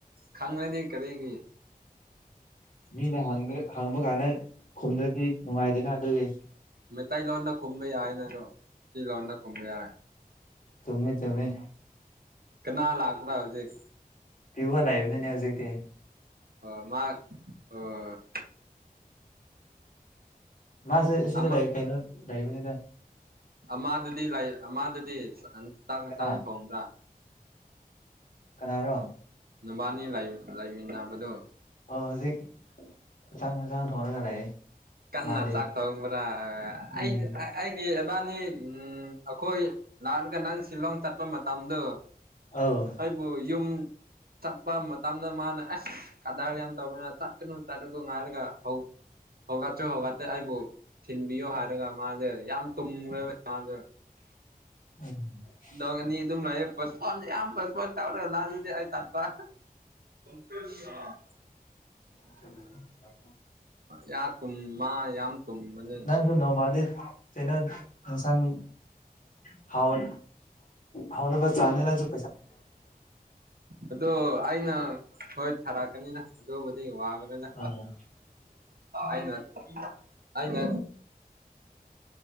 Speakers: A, on the right; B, on the left.
A: ꯈꯪꯉꯅꯤ ꯀꯔꯤꯒꯤ
B: ꯃꯤꯅ ꯍꯥꯡꯕ ꯀꯥꯟꯗ ꯈꯨꯝꯗ꯭ꯔꯗꯤ ꯅꯨꯡꯉꯥꯏꯗꯅ ꯑꯗꯨꯒꯤ꯫
A: ꯃꯩꯇꯩꯂꯣꯟꯅ ꯈꯨꯝꯕ ꯌꯥꯏꯅꯁꯨ ꯁꯤ ꯂꯣꯟꯅ ꯈꯨꯝꯕ ꯌꯥꯏ꯫
B: ꯆꯃꯤꯃꯦ ꯆꯃꯤꯃꯦ꯫
A: ꯀꯅꯥ ꯂꯥꯛꯄꯔꯥ ꯍꯧꯖꯛ
B: ꯄꯤꯌꯨꯕ ꯂꯩꯕꯅꯤꯅꯦ ꯍꯧꯖꯤꯛꯇꯤ꯫
A: ꯑꯣ ꯃꯥ ꯑꯣ
B: ꯃꯥꯁꯦ ꯁꯤꯁꯦ
A: ꯑꯃ
B: ꯀꯩꯅꯣ ꯂꯩꯔꯤꯕꯅꯤꯗ
A: ꯑꯃꯗꯗꯤ ꯂꯥꯏ ꯑꯃꯗꯗꯤ ꯆꯥꯛ ꯌꯦꯟꯁꯥꯡ
B: ꯀꯅꯥ
A: ꯊꯣꯡꯕ꯭ꯔꯥ
B: ꯀꯅꯥꯔꯣ
A: ꯅꯕꯥꯅꯤ ꯂꯩꯃꯤꯟꯅꯕꯗꯨ
B: ꯑꯣ ꯍꯧꯖꯤꯛ ꯆꯥꯛ ꯍꯦꯅꯖꯡ ꯊꯣꯡꯔꯒ ꯂꯩꯌꯦ꯫
A: ꯀꯟꯅ
B: ꯃꯥꯗꯤ
A: ꯆꯥꯛ ꯊꯧꯕ꯭ꯔꯥ
B: ꯎꯝ
A: ꯑꯩ ꯑꯩꯒꯤ ꯏꯕꯥꯅꯤ ꯑꯩꯈꯣꯏ ꯂꯥꯛꯥꯛꯂꯒ ꯅꯪ ꯁꯤꯂꯣꯡ ꯆꯠꯄ ꯃꯇꯝꯗꯣ
B: ꯑꯥꯎ
A: ꯑꯩꯕꯨ ꯌꯨꯝ ꯆꯠꯄ ꯃꯇꯝꯗ ꯃꯥꯅ ꯑꯦꯁ ꯀꯗꯥꯔ ꯌꯥꯝ ꯇꯧꯕꯅꯤꯅ ꯇꯥꯨꯒ ꯉꯔꯒ ꯍ ꯍꯧꯎꯒꯇꯁꯨ ꯍꯧꯎꯒꯑꯇꯦ ꯑꯕꯣ ꯊꯤꯟꯕꯤꯌꯣ ꯍꯥꯏꯔꯒ ꯃꯥꯁꯦ ꯌꯥꯝ ꯇꯨꯝꯈ꯭ꯔꯦꯕ ꯃꯥꯗꯨ
B: <inaudible>
A: ꯅꯣꯡꯅꯤ ꯑꯗꯨꯝ ꯂꯑ ꯐ ꯌꯥꯝ ꯐꯁꯄꯣꯟ ꯇ ꯆꯥꯎꯔꯒ ꯂ ꯑꯗꯨꯗꯤ ꯑꯩ ꯆꯠꯄ <unintelligible>
B: <inaudible>
A: ꯌꯥ ꯀꯨꯝ ꯃꯥ ꯌꯥꯝ ꯇꯨꯝꯕꯅꯦ
B: ꯅꯪꯁꯨ ꯅꯣꯃꯥꯗꯤ꯫ ꯅ ꯁꯥꯡ ꯍꯥꯎ ꯍꯥꯎꯅꯕ ꯆꯥꯅꯦꯅꯁꯨ
A: ꯑꯗꯣ ꯑꯩꯅ ꯊꯥꯔꯛꯀꯅꯤꯅ ꯑꯗꯨꯕꯨꯗꯤ ꯋꯥꯒꯅꯤꯅ
B: ꯑꯥ
A: ꯑꯩꯅ ꯑꯩꯅ